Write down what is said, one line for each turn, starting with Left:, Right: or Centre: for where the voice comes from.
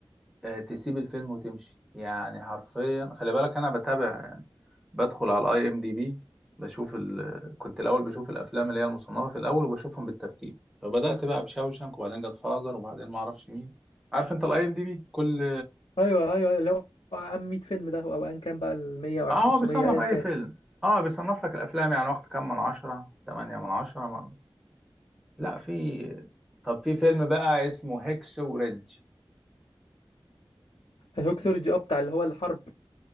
Centre: آه، تسيب الفيلم وتمشي يعني حرفيا خلي بالك انا بتابع يعني بدخل على الاي ام دي بي بشوف ال... كنت الاول بشوف الافلام اللي هي المصنفه في الاول وبشوفهم بالترتيب فبدات بقى بشاوشنك وبعدين جت فازر وبعدين ما اعرفش مين عارف انت الاي ام دي بي كل
Left: ايوه ايوه أيوه، اللي هو عام 100 فيلم ده او ايا كان بقى ال 100 او
Centre: اه
Left: 500
Centre: هو بيصنف
Left: ايا
Centre: اي
Left: كان
Centre: فيلم اه بيصنف لك الافلام يعني واخد كام من عشرة تمانية من عشرة ما... لا في طب في فيلم بقى اسمه هيكس وريدج
Left: الهوكسولوجي
Centre: ماشي
Left: اه بتاع اللي هو الحرب